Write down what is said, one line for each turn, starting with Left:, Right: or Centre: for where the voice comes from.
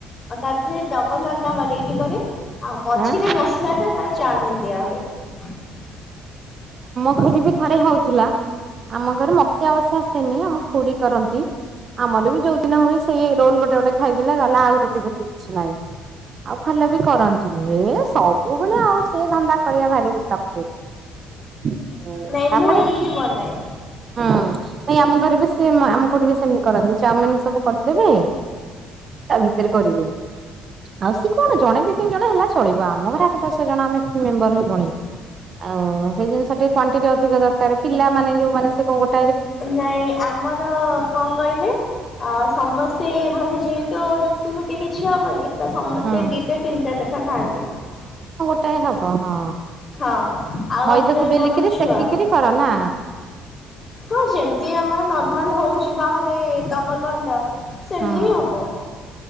Left: ତାରେ ଡବଲ ଅଣ୍ଡା ବନେଇକି କରି ଆଉ ମଝିରେ
Right: ଆଁ
Left: ମସ ମାସଲ ତାପରେ ଚୋଉମି ଦିଆ ହୁଏ।
Right: ପୁରୀ ବି ଥରେ ହଉଥିଲା ଆମ ଘର ମତେ ଆବଶ୍ୟ ଆସେନି ଆମ ଖୁଡି କରନ୍ତି। ଆମର ବି ଯୋଉ ଦିନ ହୁଏ ସେଇ ରୋଲ ଗୋଟେ ଗୋଟେ ଖାଇଦେଲେ ଗହିଲଲା ଆଉ ରୁଟି ଫଟି କିଛି ନାହିଁ। ଆଉ ଭଲ ବି କରନ୍ତିନି ଏ ସବୁବେଳେ ଆଉ ସେ ଧନ୍ଦା କରିବା ବାହାରି ତାପରେ
Left: ନାଇଁ ମୁଁ ଏମିତି ବନାଏ
Right: ହୁଁ। ନାଇଁ ଆମ ଘରେ ବି ସେ ଆମ ଘଠ ବି ସେମିତି କରନ୍ତି ଚାଉମିନ ସବୁ କରିଦେବେ ତା ଭିତରେ କରିବେ। ଆଉ ସି କଣ ଜଣେ ଦି ତିନି ଜଣ ହେଲା ଚଳିବା ଆମ ଘରେ ଆଠ ଦଶ ଜଣ ଆମେ ମେମ୍ବର ହେଲୁଣି ଆ ସେଇ ଜିନିଷ ଟିକେ କ୍ଵଣ୍ଟିଟି ଅଧିକ ଦରକାର ପିଲାମାନୋନେ ଯୋଉ ମାନେ ସେ କଣ ଗୋଟେ
Left: ନାଇଁ ଆମର କଣ କହିଲେ ଅ ସମସ୍ତେ ମାନେ ଯେ ତ ରୁଟି ଫୁଟି କିଛି ହବନି ତ ସମସ୍ତେ
Right: ହଁ
Left: ଦିଟା ତିନିଟା ଲେଖା ଖାଆନ୍ତି।
Right: ଟ ହବ ହଁ
Left: ହଁ ଆଉ ବାକି
Right: ମଇଦାକୁ
Left: ରହିଲା
Right: ବେଲିକିରି
Left: ଆମ ଛୁଆ
Right: ସେଖିକିରି କର ନା।
Left: ହଁ ଯେମତି ଆମର ନର୍ମାଲ ହଉଛି ବାହାରେ ଦବଲଣ୍ଡା ସେମିତି
Right: ହଁ
Left: ହବ।